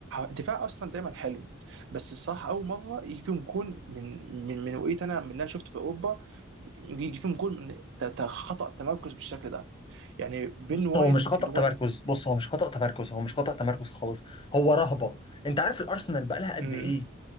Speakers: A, on the right; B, on the left.
A: دفاع اصلا دايما حلو بس الصراحه اول مره يجي فيهم جون من من من وقيت انا من اللي انا شفته في اوروبا يجي فيهم جون من ت- ت- خطا تمركز بالشكل ده يعني بين
B: بص
A: وايت
B: هو مش خطأ
A: اللي هو
B: تمركز بص هو مش خطأ تمركز هو مش خطأ تمركز خالص هو رهبة انت عارف الارسنال بقى لها قد
A: امم
B: ايه